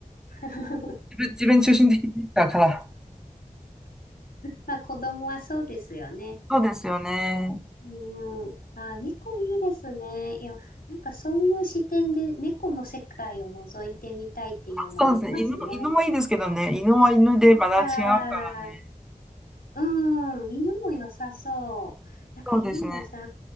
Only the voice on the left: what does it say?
<laughs>
まあ、子供はそうですよね。
うん。あ、猫いいですね。いや、なんかそういう視点で猫の世界を覗いてみたいっていうのありますね。
ああ、うん、犬も良さそう。なんか犬もさ、